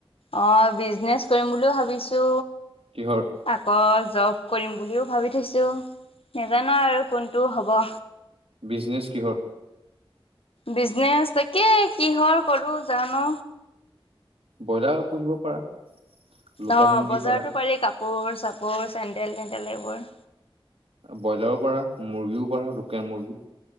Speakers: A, on the left; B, on the right.
A: অ', বিজনেচ কৰিম বুলি ভাবিছো।
B: কিহৰ
A: আকৌ জব কৰিম বুলিও ভাবি থৈছো। নেজানো আৰু কোনটো হ'ব।
B: বিজনেচ কিহৰ?
A: বিজনেচ তাকে কিহৰ কৰো জানো
B: ব্ৰইলাৰ পুহিব পাৰা। লোকেল
A: অহ,
B: মুৰ্গী
A: বজাৰতো
B: পাৰা
A: পাৰি কাপোৰ চাপোৰ চেণ্ডেল- তেণ্ডেল এইবোৰ।
B: ব্ৰইলাৰো পাৰা মুৰ্গীও পাৰা লোকেল মুৰ্গী।